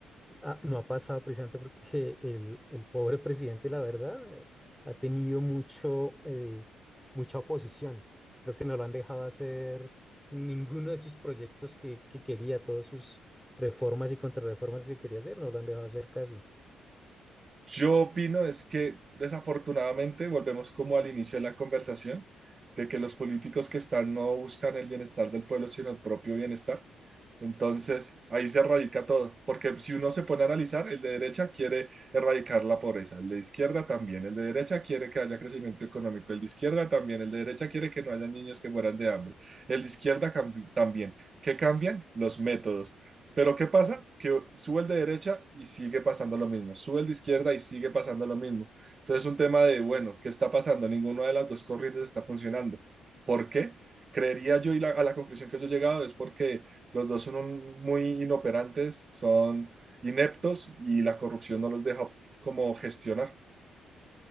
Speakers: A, in the centre; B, on the right.
A: ah, no ha pasado precisamente porque el, el pobre presidente, la verdad, eh, ha tenido mucho, eh, mucha oposición. Creo que no lo han dejado hacer ninguno de sus proyectos que, que quería, todas sus reformas y contrarreformas que quería hacer, no lo han dejado hacer casi.
B: Yo opino es que desafortunadamente volvemos como al inicio de la conversación, de que los políticos que están no buscan el bienestar del pueblo, sino el propio bienestar. Entonces, ahí se erradica todo, porque si uno se pone a analizar, el de derecha quiere erradicar la pobreza, el de izquierda también, el de derecha quiere que haya crecimiento económico, el de izquierda también, el de derecha quiere que no haya niños que mueran de hambre, el de izquierda cam- también. ¿Qué cambian? Los métodos. Pero ¿qué pasa? Que sube el de derecha y sigue pasando lo mismo, sube el de izquierda y sigue pasando lo mismo. Entonces, un tema de, bueno, ¿qué está pasando? Ninguna de las dos corrientes está funcionando. ¿Por qué? Creería yo y la- a la conclusión que yo he llegado es porque los dos son un- muy inoperantes, son ineptos y la corrupción no los deja como gestionar.